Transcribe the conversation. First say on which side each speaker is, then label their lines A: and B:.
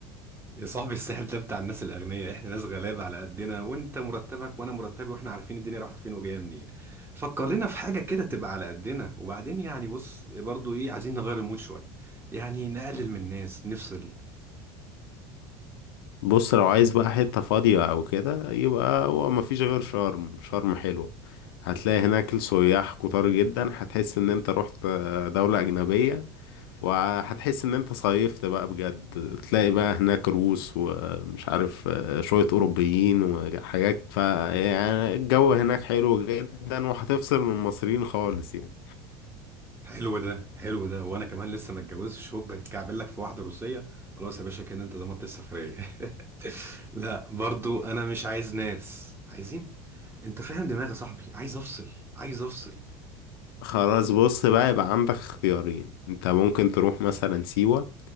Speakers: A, on the right (about 20°); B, on the left (about 80°).
A: يا صاحبي الساحل ده بتاع الناس الاغنياء احنا ناس غلابه على قدنا وانت مرتبك وانا مرتبي واحنا عارفين الدنيا رايحه فين وجايه منين فكر لنا في حاجه كده تبقى على قدنا وبعدين يعني بص برضو ايه عايزين نغير المود شويه يعني نقلل من الناس نفصل
B: بص لو عايز بقى حتة فاضية أو كده يبقى هو مفيش غير شرم شرم حلوة هتلاقي هناك السياح كتار جدا هتحس إن أنت رحت دولة أجنبية وهتحس إن أنت صيفت بقى بجد تلاقي بقى هناك روس ومش عارف شوية أوروبيين وحاجات فيعني الجو هناك حلو جدا وهتفصل من المصريين خالص يعني
A: حلو ده حلو ده وانا كمان لسه ما اتجوزتش هوب بتكعبل لك في واحده روسيه خلاص يا باشا كده انت ضمنت السفريه <laughs> لا برضو انا مش عايز ناس عايزين انت فاهم دماغي يا صاحبي عايز افصل عايز افصل
B: خلاص بص بقى يبقى عندك اختيارين أنت ممكن تروح مثلا سيوة